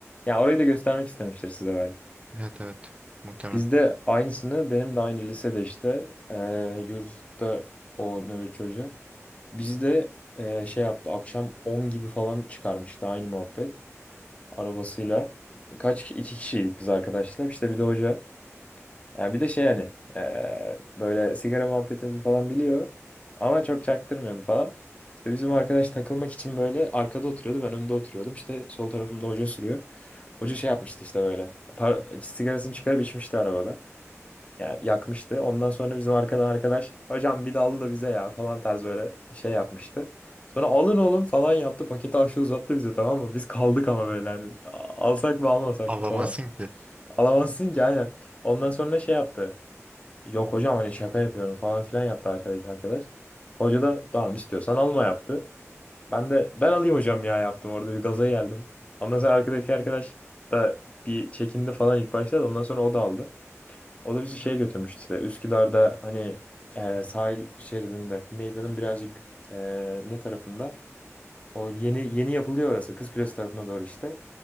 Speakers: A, on the left; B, on the right.
A: ya orayı da göstermek istemiştir size belki.
B: Evet evet muhtemelen.
A: Bizde aynısını benim de aynı lisede işte eee yurtta o nöbetçi hoca. Bizde eee, şey yaptı akşam 10 gibi falan çıkarmıştı aynı muhabbet arabasıyla. Kaç kişi? iki kişiydik biz arkadaşlar işte bir de hoca. Yani bir de şey hani eee, böyle sigara muhabbetimizi falan biliyor ama çok çaktırmıyordu falan. İşte bizim arkadaş takılmak için böyle arkada oturuyordu ben önde oturuyordum işte sol tarafımda hoca sürüyor. Hoca şey yapmıştı işte böyle par- sigarasını çıkarıp içmişti arabada. Yani yakmıştı. Ondan sonra bizim arkadan arkadaş hocam bir dallı da bize ya falan tarz böyle şey yapmıştı. Sonra alın oğlum falan yaptı. Paketi aşağı uzattı bize tamam mı? Biz kaldık ama böyle hani "A- alsak mı almasak
B: Avlamasın
A: mı falan.
B: ki.
A: Alamazsın ki aynen. Ondan sonra şey yaptı. Yok hocam hani şaka yapıyorum falan filan yaptı arkadaki arkadaş. Hoca da tamam istiyorsan alma yaptı. Ben de ben alayım hocam ya yaptım. Orada bir gaza geldim. Ondan sonra arkadaki arkadaş da bir çekindi falan ilk başta da ondan sonra o da aldı. O da bizi şeye götürmüştü işte. Üsküdar'da hani e, sahil şeridinde meydanın birazcık e, ne tarafında? O yeni yeni yapılıyor orası. Kızkulesi tarafına doğru işte.